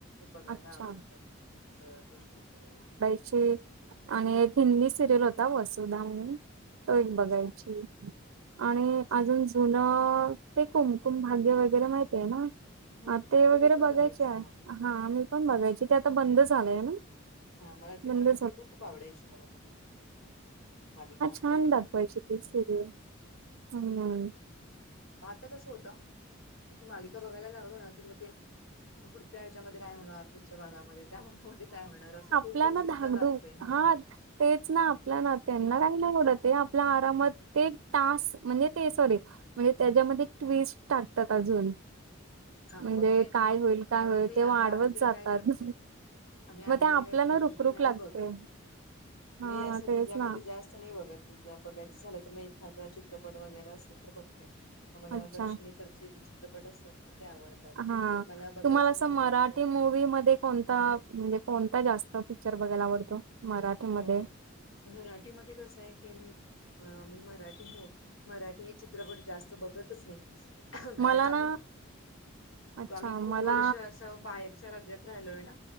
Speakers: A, on the left; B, on the right.
A: बघायंला
B: अच्छा
A: आवडतं अं गोष्टीं
B: हे आणि एक हिंदी सिरियल होतां वसुधां म्हणूंन तो एक बघांयची
A: अच्छा
B: आणि
A: अच्छा
B: अजूंन जुंन ते कुंमकुंम भाग्यं वगैरें माहती आहे नां
A: हम्म
B: ते वगैरें
A: मी पण
B: बघांयचे
A: बघायचे
B: आहे
A: हा हा
B: हां मी पणं बघांयची ते आतां बंद झालं आलंय नां
A: हां मलां ती
B: बंद
A: पणं ती खूंप आवडांयची मलां मालिकां
B: छांन दाखवायची ती सिरीयल हम्मं
A: मंग आतां कसं होत मंग ती मालिका बघांयला लागलो नां कि मंग ते पुढंच्यां यांच्यामध्ये कायं होणारं पुढंच्यां भागांमध्ये त्यां भागांमध्यें कायं होणारं आहे असं खूप
B: आपल्यांला
A: उत्सुकता
B: नां धांकधुक
A: लागते हा
B: हां तेचं नां आपल्यां नात्यांना कांहीं नाहीं एवडं ते आपल्यां आरामांत ते टांकसं म्हणजे ते सॉरी म्हणजे त्यांच्यामध्ये ट्विस्ट टाकतांत अजूंन
A: हा
B: म्हणजे
A: मग ते
B: काय होईल काय
A: म्हणून
B: होईल
A: मी
B: ते
A: आता
B: वाढवत
A: अलीकडे
B: जातात.
A: काय करते आम्ही अलीकडे
B: मग ते आपल्या
A: काय करते
B: ना रुखरुख
A: ते नाही
B: लागते.
A: बघत
B: हा
A: मी असं
B: तेच
A: त्याच्यामध्ये
B: ना.
A: जास्त नाही बघत. बघायच झाल तर मग एखादा चित्रपट वगैरे असेल तर बघते. आम्हाला
B: अच्छा
A: दक्षिणेकडचे जे चित्रपट असतात ना ते आवडतात.
B: हा
A: मला बघायचं
B: तुम्हाला अस
A: झालं
B: मराठी
A: तर
B: मूवी मध्ये कोणता म्हणजे कोणता जास्त पिक्चर बघायला आवडतो मराठीमध्ये.
A: अ मराठीमध्ये कस आहे की मी मी मराठी हो मराठी हे चित्रपट जास्त बघतच नाही. कारण
B: मला
A: आम्ही
B: ना अच्छा
A: आम्ही खूप
B: मला
A: वर्ष असं बाहेरच्या राज्यात राहिलोय ना.